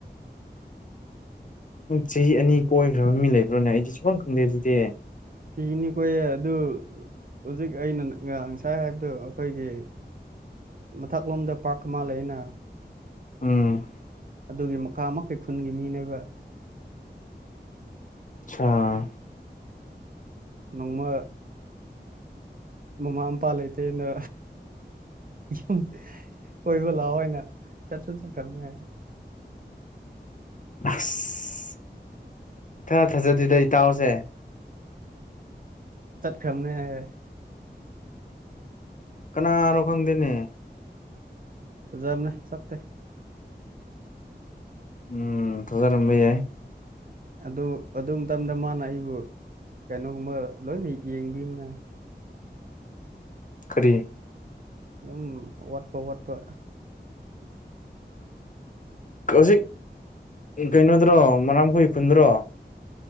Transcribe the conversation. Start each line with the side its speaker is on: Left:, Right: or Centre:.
Left: ꯆꯍꯤ ꯑꯅꯤ ꯀꯣꯏꯈ꯭ꯔꯕ ꯃꯤ ꯂꯩꯕ꯭ꯔꯣꯅꯦ ꯑꯩꯗꯤ ꯁꯨꯐꯝꯪ ꯈꯪꯗꯦ ꯑꯗꯨꯗꯤ
Right: ꯀꯤꯅꯤ ꯀꯣꯌꯦ ꯑꯗꯨ ꯍꯧꯖꯤꯛ ꯑꯩꯅ ꯉ ꯉꯁꯥꯏ ꯍꯥꯏꯕꯗꯨꯣ ꯑꯩꯈꯣꯏꯒꯤ ꯃꯊꯛ ꯂꯣꯝꯗ ꯄꯥꯔꯛ ꯑꯃ ꯂꯩ ꯑꯩꯅ
Left: ꯎꯝ
Right: ꯑꯗꯨꯒꯤ ꯃꯈꯥ ꯃꯈ ꯀꯩ ꯈꯨꯟꯒꯤ ꯃꯤꯅꯦꯒ
Left: ꯑꯥ
Right: ꯅꯣꯡꯃ ꯃꯃꯥ ꯃꯄꯥ ꯂꯩꯇꯦꯅ ꯌꯨꯝ ꯀꯣꯏꯕ ꯂꯥꯛꯑꯣꯏ ꯑꯣꯏꯅ ꯆꯠꯁꯨ ꯆꯠꯈ꯭ꯔꯅꯦ ꯍꯥꯏ
Left: ꯑꯁ ꯏꯊꯥ ꯊꯥꯖꯗꯗ ꯏꯇꯥꯎꯁꯦ
Right: ꯆꯠꯈꯝꯅꯦ ꯍꯥꯏ
Left: ꯀꯅꯥꯅꯣ ꯈꯪꯗꯦꯅꯦ
Right: ꯐꯖꯕꯅꯦ ꯁꯛꯇꯇꯦ
Left: ꯎꯝ ꯊꯖꯔꯝꯕꯤ ꯌꯥꯏ
Right: ꯑꯗꯨ ꯑꯗꯨ ꯃꯇꯝꯗ ꯃꯥꯅ ꯑꯩꯕꯨ ꯀꯩꯅꯣꯒꯨꯝꯃ ꯂꯣꯏꯅ ꯌꯦꯡꯕꯤꯝꯅ
Left: ꯈꯔꯤ
Right: ꯑꯗꯨꯝ ꯋꯥꯠꯄ ꯋꯥꯠꯄ
Left: ꯍꯧꯖꯤꯛ ꯀꯩꯅꯣꯗ꯭ꯔꯣ ꯃꯔꯥꯡ ꯍꯨꯣꯏꯏ ꯐꯨꯟꯗ꯭ꯔꯣ